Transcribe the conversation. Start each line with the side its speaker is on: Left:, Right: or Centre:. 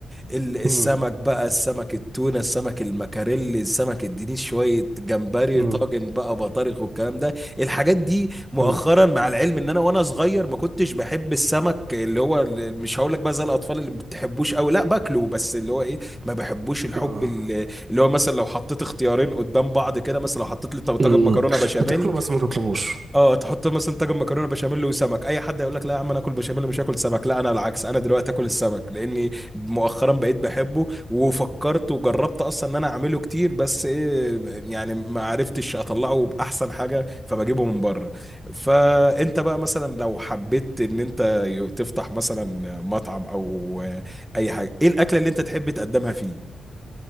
Centre: ال- السمك
Right: مم.
Centre: بقى السمك التونه السمك المكاريلي السمك الدنيس شويه جمبري
Right: مم.
Centre: طاجن بقى بطارخ والكلام ده الحاجات دي مؤخرا
Right: مم.
Centre: مع العلم ان انا وانا صغير ما كنتش بحب السمك اللي هو اللي مش هقول لك بقى زي الاطفال اللي ما بتحبوش قوي لا باكله بس اللي هو ايه ما بحبوش الحب
Right: آه
Centre: اللي اللي هو مثلا لو حطيت اختيارين قدام بعض كده مثلا لو حطيت لي طاجن
Right: مم.
Centre: مكرونه بشاميل
Right: بتاكله بس ما تطلبوش
Centre: اه تحط مثلا طاجن مكرونه بشاميل وسمك اي حد يقول لك لا يا عم انا اكل بشاميل مش هاكل سمك لا انا العكس انا دلوقتي اكل السمك لاني مؤخرا بقيت بحبه وفكرت وجربت اصلا ان انا اعمله كتير بس ايه يعني ما عرفتش اطلعه باحسن حاجه فبجيبه من بره فانت بقى مثلا لو حبيت ان انت ي- تفتح مثلا مطعم او اي حاجه ايه الاكله اللي انت تحب تقدمها فيه